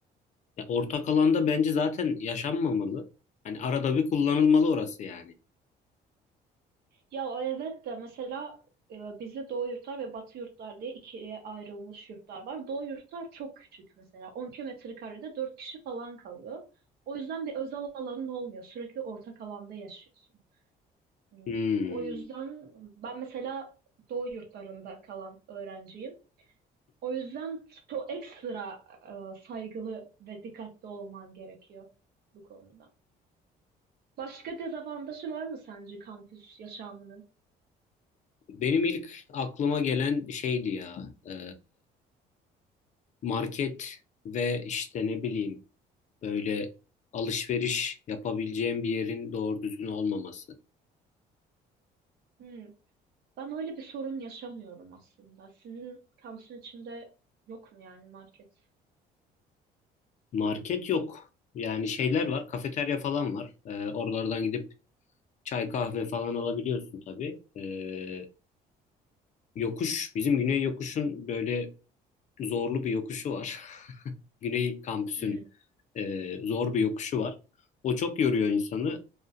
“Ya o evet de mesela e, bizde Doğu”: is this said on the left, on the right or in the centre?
Right